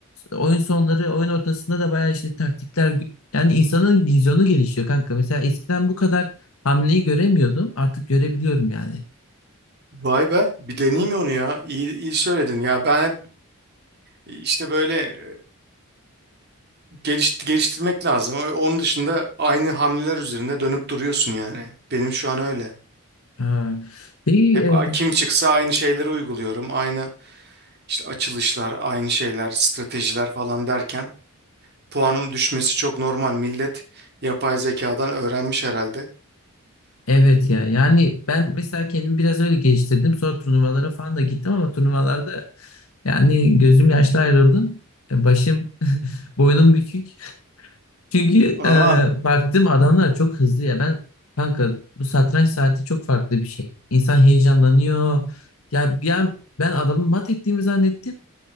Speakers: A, on the left; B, on the right.
A: oyun sonları, oyun ortasında da baya işte taktikler. Yani insanın vizyonu gelişiyor kanka. Mesela eskiden bu kadar hamleyi göremiyordum. Artık görebiliyorum yani.
B: Vay be, bir deneyeyim onu ya. İyi, iyi söyledin ya. Ben hep işte böyle e, geliş, geliştirmek lazım. O- Onun dışında aynı hamleler üzerinde dönüp duruyorsun yani. Benim şu an öyle.
A: Ha. Peki,
B: Hep
A: e,
B: a- kim çıksa aynı şeyleri uyguluyorum. Aynı işte açılışlar, aynı şeyler, stratejiler falan derken puanım düşmesi çok normal. Millet yapay zekadan öğrenmiş herhalde.
A: evet ya. Yani ben mesela kendimi biraz öyle geliştirdim. Sonra turnuvalara falan da gittim ama turnuvalarda Yani gözüm yaşlı ayrıldım. E, Başım, <laughs> boynum bükük. Çünkü
B: Aa.
A: e, baktım adamlar çok hızlı ya. Ben kanka bu satranç saati çok farklı bir şey. İnsan heyecanlanıyor. Ya bir an ben adamı mat ettiğimi zannettim.